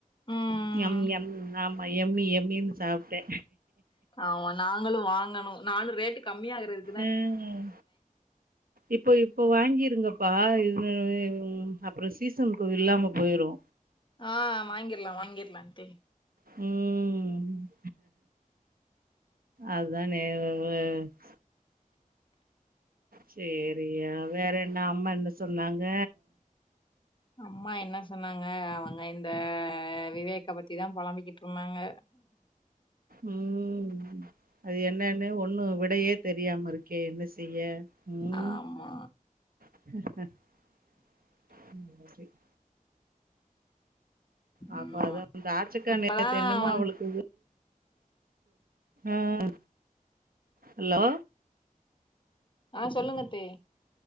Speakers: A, on the left; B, on the right.
A: ம்
B: எம் எம் ஆமா எம்மி எம்மினு சாப்பட்டே
A: ஆமா நாங்களு வாங்கணு நானு ரேட்டு கம்மியாகறது
B: ம் இப்போ இப்போ வாங்கிருங்கப்பா இது அப்புறோ சீசனுக்கு இல்லாம போயிரு
A: ஆ வாங்கிரலா வாங்கிடலான்டு
B: ம் அதானே <unintelligible> சேரி யா வேற என்ன அம்மா என்ன சொன்னாங்க
A: அம்மா என்ன சொன்னாங்க அவங்க இந்த விவேக்க பத்திதா புழம்பிக்கிட்டு இருந்தாங்க
B: ம் அது என்னன்னு ஒண்ணு விடையே தெரியாம இருக்கே என்ன செய்ய ம்
A: ஆமா
B: <inaudible> அத
A: ஆமா
B: அந்த றாட்சக்க
A: இப்பதான்
B: நேத்த என்னமோ
A: வந்
B: அவளுக்கு ம் ஹலோ
A: ஆ சொல்லுங்கத்தே